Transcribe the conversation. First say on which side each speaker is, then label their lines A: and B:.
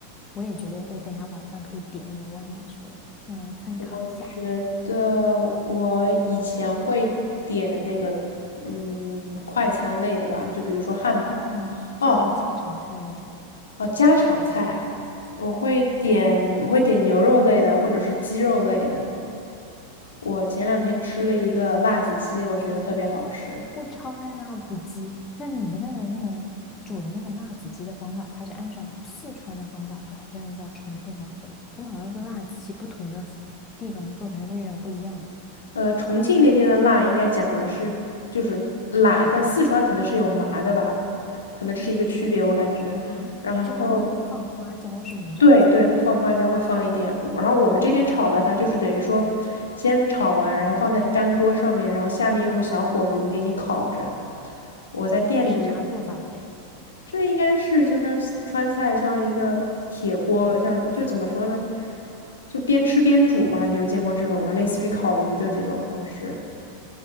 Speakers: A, on the left; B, on the left.
A: 我也觉得我等一下晚饭可以点一点外卖什么的，让我来参考一下。
B: 我觉得我以前会点那个，嗯，快餐类的吧，就比如说汉堡。
A: 川菜吗？
B: 哦
A: 就是说家常菜的那种，
B: 哦，家常菜啊，我会点我会点牛肉类的或者是鸡肉类的。我前两天吃了一个辣子鸡，我觉得特别好吃。
A: 我超爱辣子鸡。那你们那儿的那个煮的那个辣子鸡的方法，它是按照四川的方法做，还是按照重庆的方法做？他们好像是辣子鸡不同的地方做出来味道不一样的。
B: 呃，重庆那边的辣应该讲的是就是辣，但四川可能是有麻的吧，可能这是一个区别，我感觉。
A: 哦，
B: 然后
A: 就它会会放花椒，是不是这样？
B: 对对，放花椒会放一点，我然后我们这边炒的它就是等于说，先炒完，然后放在干锅上面，然后下面用个小火炉给你烤着。我在店里面，
A: 那是啥做法的嘞？
B: 这应该是就像川菜，像一个铁锅，像就怎么说呢，就边吃边煮吧。你有见过这种吗？类似于烤鱼的这种方式。